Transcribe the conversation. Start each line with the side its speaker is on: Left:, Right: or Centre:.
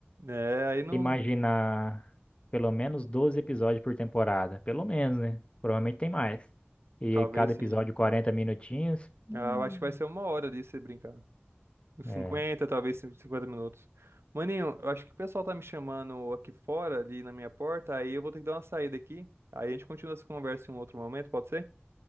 Right: É, aí não.
Left: imaginar pelo menos 12 episódios por temporada, pelo menos, né? Provavelmente tem mais. E
Right: Talvez
Left: cada
Right: sim.
Left: episódio 40 minutinhos. Hum.
Right: Ah, eu acho que vai ser uma hora disso, se brincar. Uns
Left: É.
Right: 50, talvez 50 minutos. Maninho, eu acho que o pessoal tá me chamando aqui fora, ali na minha porta, aí eu vou ter que dar uma saída aqui. Aí a gente continua essa conversa em um outro momento, pode ser?